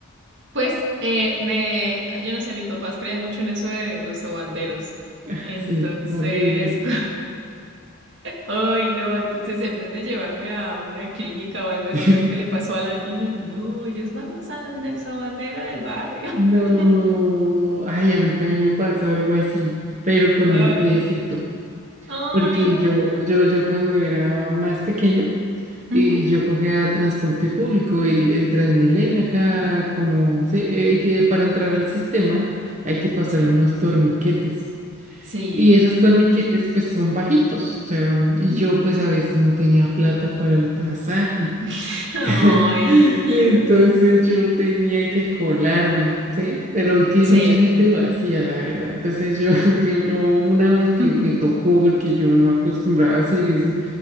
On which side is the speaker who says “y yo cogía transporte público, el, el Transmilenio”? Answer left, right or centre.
Right